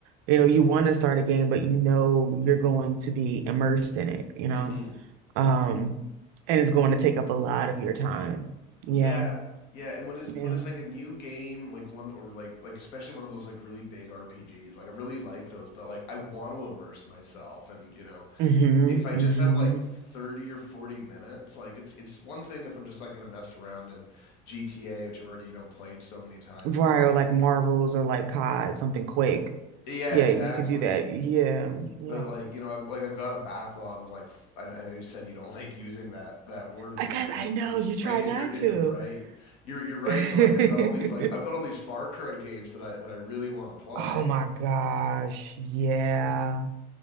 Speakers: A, on the right; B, on the left.
A: you know, you want to start a game, but you know you're going to be immersed in it, you know?
B: hmm
A: Um, and it's going to take up a lot of your time. Yeah.
B: Yeah, yeah. And when it's
A: Yeah.
B: when it's like a new game, like one or like like especially one of those like really big RPGs, like I really like those, but like I want to immerse myself, and you know,
A: hmm
B: if I
A: hmm
B: just have like thirty or forty minutes, like it's it's one thing if I'm just like gonna mess around in GTA, which I've already you know played so many times,
A: Right,
B: but like.
A: or like Marvels or like COD, something quick.
B: Yeah,
A: Yeah,
B: exactly.
A: you could do that. Yeah. Yeah.
B: but like you know i've like i've got a backlog of like I know you said you don't <laughs> like using that that word because
A: I guess
B: of the connotation
A: I know you try
B: like and
A: not
B: you're and
A: to.
B: you're right you're you're right
A: <laughs>
B: but like i've got all these like i've got all these far cry games that i that i really want to play
A: Oh my gosh. Yeah.